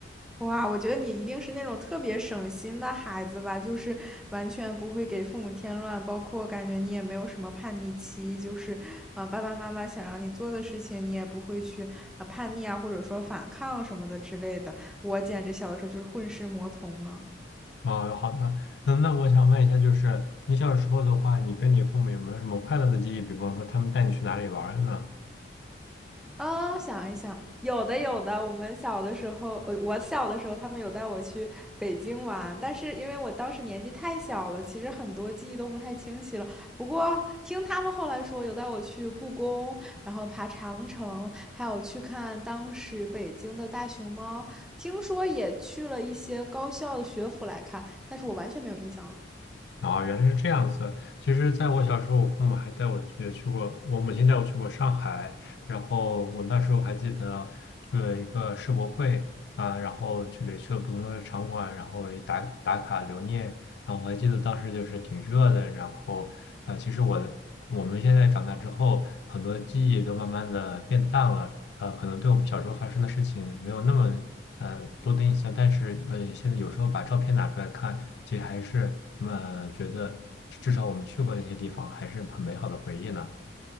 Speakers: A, in the centre; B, on the left.
A: 哇，我觉得你一定是那种特别省心的孩子吧，就是完全不会给父母添乱，包括感觉你也没有什么叛逆期，就是，呃，爸爸妈妈想让你做的事情，你也不会去呃叛逆啊，或者说反抗什么的之类的。我简直小的时候就是混世魔童啊。
B: 啊，好的，嗯，那我想问一下，就是你小时候的话，你跟你父母有没有什么快乐的记忆？比方说，他们带你去哪里玩儿呢？
A: 啊、想一想，有的有的。我们小的时候，呃，我小的时候，他们有带我去北京玩，但是因为我当时年纪太小了，其实很多记忆都不太清晰了。不过听他们后来说，有带我去故宫，然后爬长城，还有去看当时北京的大熊猫。听说也去了一些高校的学府来看，但是我完全没有印象了。
B: 啊，原来是这样子。其实，在我小时候，我父母还带我去去过，我母亲带我去过上海，然后我那时候还记得去了一个世博会啊，然后去了去了不同的场馆，然后也打打卡留念。然后我还记得当时就是挺热的，然后呃，其实我的我们现在长大之后，很多记忆都慢慢的变淡了，呃，可能对我们小时候发生的事情没有那么呃多的印象，但是呃，现在有时候把照片拿出来看，其实还是呃觉得至少我们去过那些地方，还是很美好的回忆呢。